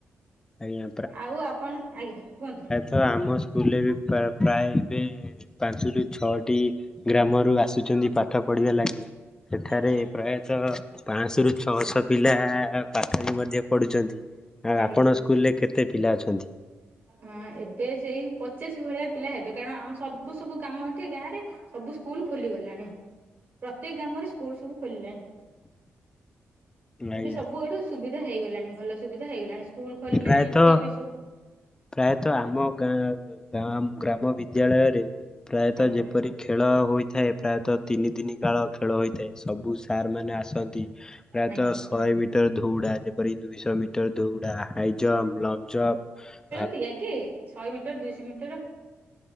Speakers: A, on the left; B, on the right.
A: ଆଜ୍ଞା
B: ଆଉ ଆପଣ ଆଜ୍ଞା କୁହନ୍ତୁ।
A: ତ ଆମ ସ୍କୁଲରେ ବି ପ୍ରାୟ ଏବେ ପାଞ୍ଚରୁ ଛଅଟି ଗ୍ରାମରୁ ଆସୁଛନ୍ତି ପାଠ ପଢିବା ଲାଗି। ସେଠାରେ
B: ଆଜ୍ଞା
A: ପ୍ରାୟତଃ ପାଆଁଶରୁୁ ଛଅଶହ ପିଲା ପାଠ ବି ମଧ୍ୟ ପଢୁଛନ୍ତି, ଆ
B: ଆଜ୍ଞା।
A: ଆପଣ ସ୍କୁଲ ରେ କେତେ ପିଲା ଅଛନ୍ତି?
B: ହଁ ଏବେ ସେଇ ପଚାଶ ଭଳିଆ ପିଲା ହେବେ, କାରଣ ଆମ ସବୁ ସବୁ କାମ ଏଠି ଗାଁ ରେ ସବୁ ସ୍କୁଲ ଖୋଲି ଗଲାଣି, ପ୍ରତେକ ଗ୍ରାମରେ ସ୍କୁଲ ସବୁ ଖୋଲିଲାଣି, ଏବେ
A: ଆଜ୍ଞା
B: ସବୁଆଡୁ ସୁବିଧା ଧା ହେଇଗଲାଣି ଭଲ ସୁବିଧା ହେଇଗଲାଣି ସ୍କୁଲ ଖୋଲିଲାଣି
A: ପ୍ରାୟତଃ
B: ଛୁଆ ବି ସୁବ୍
A: ପ୍ରାୟତଃ ଆମ ଗାଁ ଗାମ୍ ଗ୍ରାମ ବିଦ୍ୟାଳୟରେ ପ୍ରାୟତଃ
B: ଆଜ୍ଞା
A: ଯେପରି ଖେଳ ହୋଇଥାଏ ପ୍ରାୟତଃ ତିନି ଦିନି କାଳ ଖେଳ ହୋଇଥାଏ ସବୁ ସାରମାନେ ଆସନ୍ତି। ପ୍ରାୟତଃ
B: ଆଜ୍ଞା
A: ଶଏ ମିଟର ଧୋଉଡା ଯେପ୍ ପରି ଦୁଇଶ ମିଟର ଦୋଉଡା ହାଇ ଜମ୍ ଲମ୍ ଜମ୍ପ୍।
B: ତି ଆଗେ ଶଏ ମିଟର ଦୁଇଶ ମିଟର